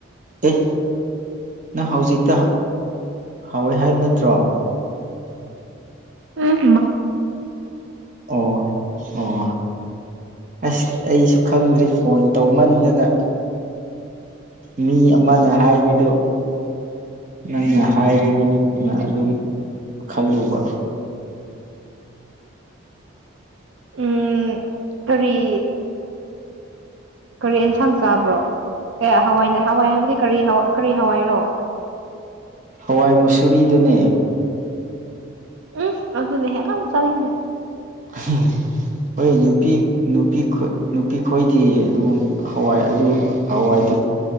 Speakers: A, on the right; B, on the right.
A: ꯑꯦ ꯅꯪ ꯍꯧꯖꯤꯛꯇ ꯍꯥꯎꯋꯦ ꯍꯥꯏꯕ ꯅꯠꯇ꯭ꯔꯣ
B: ꯎ
A: ꯑꯣ ꯑꯣ ꯑꯁ ꯑꯩꯁꯨ ꯈꯪꯗ꯭ꯔꯦ ꯐꯣꯟ ꯇꯧꯃꯟꯗꯅ ꯃꯤ ꯑꯃꯅ ꯍꯥꯏꯕꯗꯨ ꯅꯪꯅ ꯍꯥꯏꯕꯒꯨꯝꯅ ꯑꯗꯨꯝ ꯈꯜꯂꯨꯕ
B: ꯎꯝ ꯀꯔꯤ ꯀꯔꯤ ꯑꯦꯟꯁꯥꯡ ꯆꯥꯕ꯭ꯔꯣ ꯑꯦ ꯍꯋꯥꯏꯅꯦ ꯍꯋꯥꯏ ꯍꯥꯏꯕꯗꯤ ꯀꯔꯤ ꯀꯔꯤ ꯍꯋꯥꯏꯔꯣ
A: ꯍꯋꯥꯏ ꯃꯁꯨꯨꯔꯤꯗꯨꯅꯦ
B: ꯎꯝ ꯑꯗꯨ ꯅ ꯍꯦꯅ ꯆꯅꯤꯡꯗꯦ
A: ꯎꯝ ꯍꯣꯏ ꯅꯨꯄꯤ ꯅꯨ ꯅꯨꯄꯤ ꯈꯣꯏꯗꯤ ꯑꯗꯨ ꯍꯋꯥꯏ ꯍꯋꯥꯏ